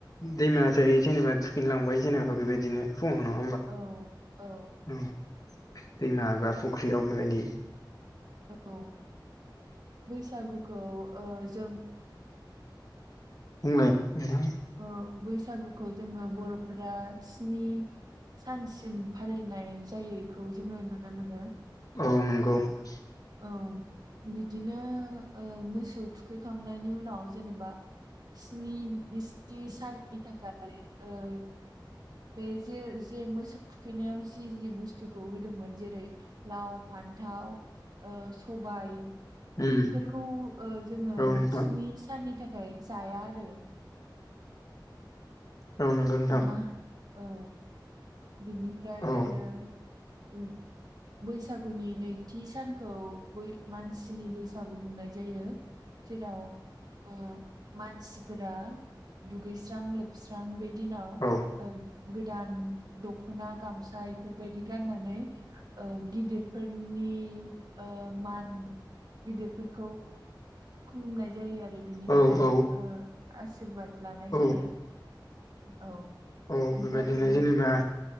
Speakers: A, on the left; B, on the right.
A: दैम जायो जेनेबा थुखिनलांबाय जेनेबा बेबायदिनो फुङाव नङा होमबा।
B: औ औ
A: दैमा ए फुख्रियाव बेबायदि
B: औ बैसागुखौ ओ जों।
A: बुंनाय नोंथां?
B: औ बैसागुखौ जोङो बरफोरा स्नि सानसिम फालिनाय जायो बेखौ जोङो नुनो मोनो।
A: औ नंगौ ।
B: औ । बिदिनो ओ मोसौ थुखैखांनायनि उनाव जेनेबा स्नि बे स्नि साननि थाखाय ओ बे जे जे मोसौ थुखैनायाव जि जि बुस्थुखौ होदोंमोन जेरै लाव फान्थाव ओ सबाय
A: उम
B: बेफोरखौ ओ जोङो
A: औ नोंथां
B: स्नि साननि थाखाय जाया आरो ।
A: औ नंगौ नोंथां
B: नङा औ बिनिफ्राय
A: औ
B: आरो उम बैसागुनि नैथि सानखौ बै मानसिनि बैसागु बुंनाय जायो जेराव। ओ-मानसिफोरा दुगैस्रां लोब बस्रां बे दिनाव
A: औ
B: ओ-गोदान दखना गामसा इफोरबायदि गाननानै ओ-गिदिरफोरनि ओ-मान गिदिरफोरखौ। खुलुमनाय जायो आर बिनिफ्राय
A: औ औ
B: ओ-आशिरबाद लानाय
A: औ
B: जायो औ।
A: औ
B: ओमफ्रायो
A: बेबायदिनो जेनेबा।